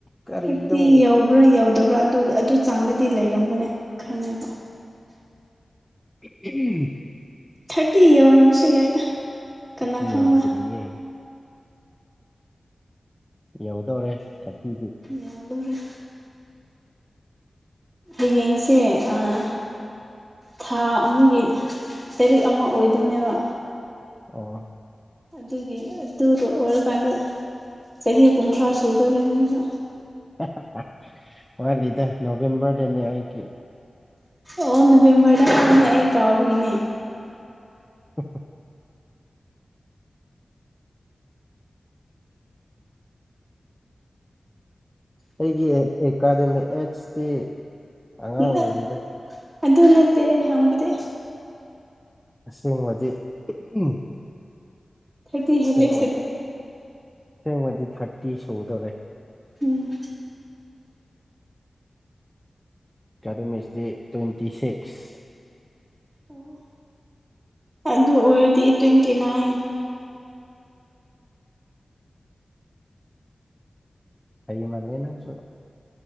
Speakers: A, in the centre; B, on the right.
A: ꯀꯔꯤꯅꯣ
B: ꯊꯔꯇꯤ ꯌꯧꯕ꯭ꯔꯥ ꯌꯧꯗꯕ꯭ꯔꯥ ꯑꯗꯨ ꯑꯗꯨ ꯆꯥꯡꯗꯗꯤ ꯂꯩꯔꯝꯒꯅꯤ ꯈꯪꯉꯦꯕ
A: ꯎꯝ
B: ꯊꯥꯔꯇꯤ ꯌꯧꯔꯝꯕꯁꯨ ꯌꯥꯏꯗ
A: ꯊꯥꯔꯇꯤ
B: ꯀꯅꯥ ꯈꯪꯕ
A: ꯌꯧꯗ꯭ꯔꯤꯌꯦ ꯌꯧꯗꯣꯔꯦ ꯊꯔꯇꯤꯗꯤ
B: ꯌꯧꯗꯣꯔꯦ ꯍꯌꯦꯡꯁꯦ ꯑꯥ ꯊꯥ ꯑꯃꯒꯤ ꯇꯔꯤꯛ ꯑꯃ ꯑꯣꯏꯗꯧꯅꯦꯕ
A: ꯑꯣ
B: ꯑꯗꯨꯒꯤ ꯑꯗꯨ ꯑꯣꯏꯔꯀꯥꯟꯗ ꯆꯍꯤ ꯀꯨꯟꯊ꯭ꯔꯥ ꯁꯨꯗꯧꯔꯦ ꯅꯪꯁꯨ
A: <unintelligible> ꯋꯥꯠꯂꯤꯗ ꯅꯣꯚꯦꯝꯕꯔꯗꯅꯦ ꯑꯩꯗꯤ
B: ꯑꯣ ꯅꯚꯦꯝꯕꯔꯗ ꯍꯥꯏꯕꯅꯦ ꯑꯩ ꯀꯥꯎꯕꯒꯤꯅꯦ
A: <unintelligible> ꯑꯩꯒꯤ ꯑꯦꯀꯥꯗꯃꯤꯛ ꯑꯦꯠꯁꯇꯤ ꯑꯉꯥꯡ
B: <unintelligible>
A: ꯑꯣꯏꯔꯤꯗ
B: ꯑꯗꯨ ꯅꯠꯇꯦ ꯑꯩ ꯍꯪꯕꯗꯤ
A: ꯑꯁꯦꯡꯕꯗꯤ <unintelligible>
B: ꯊꯥꯔꯇꯤ ꯍꯦꯜꯂꯦ
A: ꯁꯦꯡꯕꯗꯤ
B: ꯁꯤꯗꯤ
A: ꯁꯦꯡꯕꯗꯤ ꯊꯥꯔꯇꯤ ꯁꯨꯒꯗꯧꯔꯦ
B: ꯎꯝ
A: ꯑꯦꯀꯥꯗꯦꯃꯤꯁ ꯇꯤ ꯇ꯭ꯋꯦꯟꯇꯤ ꯁꯤꯛꯁ
B: ꯑꯣ ꯑꯗꯨ ꯑꯣꯏꯔꯗꯤ ꯇ꯭ꯋꯦꯟꯇꯤ ꯅꯥꯏꯟ
A: ꯍꯩꯃꯜꯂꯦ ꯅꯪꯁꯨ